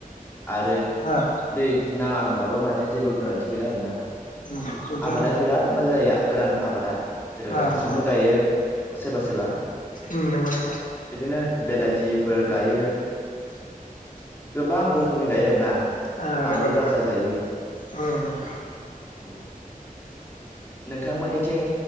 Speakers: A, on the left (about 15°); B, on the left (about 60°).
A: आरो
B: आ
A: दै नाङा होनबाबो माने जेबो गोनांथि गैला आरोना
B: उम बिदि
A: आबादा
B: आरोना
A: बिराद मोजां जायो गोरान आबादा जेराव
B: आ
A: जुखामबो
B: नंगौ
A: गायो सोरबा सोरबा
B: ओम नंगौ नोंथां
A: बिदिनो बेलाथिफोर गायो गोबां रोखोमनि रोखोमनि गायो आरोना
B: ओम
A: बानलु
B: नंगौ नोंथां
A: राजा गायो
B: ओम नंगौ
A: औ नोंथांमोननिथिं